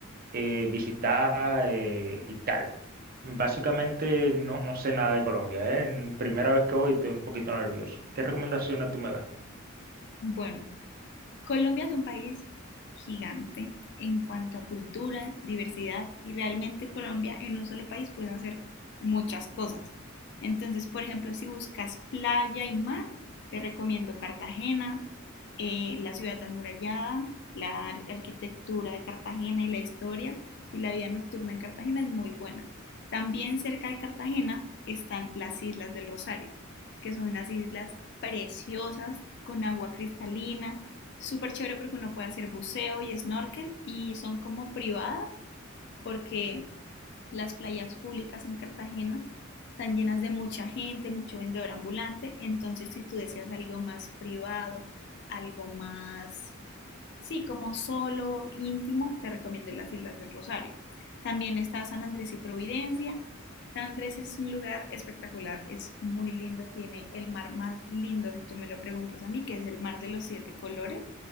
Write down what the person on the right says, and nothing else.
eh, visitar eh, y tal. Básicamente no, no sé nada de Colombia, ¿eh? Primera vez que voy estoy un poquito nervioso. ¿Qué recomendaciones tú me das?